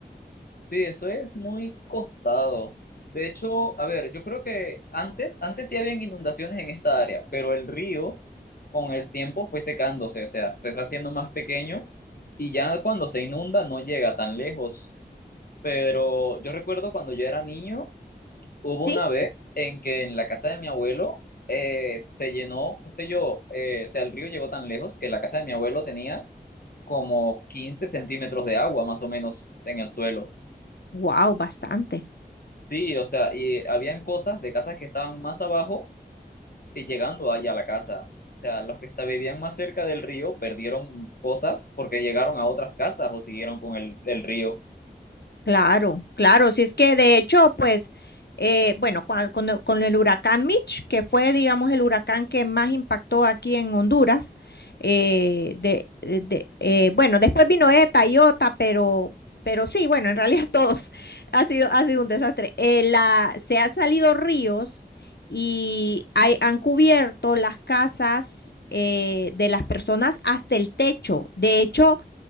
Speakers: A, on the left; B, on the left.
A: Sí, eso es muy costado. De hecho, a ver, yo creo que antes, antes sí habían inundaciones en esta área, pero el río con el tiempo fue secándose, o sea, se fue haciendo más pequeño y ya cuando se inunda no llega tan lejos. Pero yo recuerdo cuando yo era niño, hubo
B: Sí,
A: una vez en que en la casa de mi abuelo eh, se llenó, qué sé yo, eh, o sea, el río llegó tan lejos que la casa de mi abuelo tenía como 15 centímetros de agua más o menos en el suelo.
B: wow, bastante.
A: Sí, o sea, y habían cosas de casas que estaban más abajo y llegando allá a la casa. O sea, los que esta- vivían más cerca del río perdieron cosas porque llegaron a otras casas o siguieron con el, el río.
B: Claro, claro, si es que de hecho, pues, eh, bueno, cua- con, el con el huracán Mitch, que fue, digamos, el huracán que más impactó aquí en Honduras, eh, de, eh, de- eh, bueno, después vino ETA y OTA, pero, pero sí, bueno, en realidad <laughs> todos ha sido, ha sido un desastre. Eh, la, se han salido ríos y hay- han cubierto las casas eh, de las personas hasta el techo. De hecho,